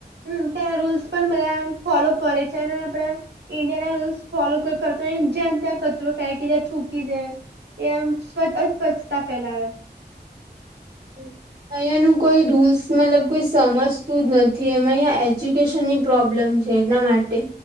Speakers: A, on the right; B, on the right.
A: હમ ત્યાં રૂલ્સ પણ બધા ફોલો કરે છે અને આપડા ઈન્ડિયા ના રૂલ્સ ફોલો કોઈ કરતો હોય જ્યાં ત્યાં કચરો ફેંકી દે થૂકી દે. એમ સ્વ અસ્વચ્છતા ફેલાવે.
B: હમ <unintelligible> અહંયા નું કોઈ રૂલ્સ મતલબ કોઈ સમજતું જ નથી એમાં અહંયા એજ્યુકેશન ની પ્રોબ્લેમ છે. એના માટે.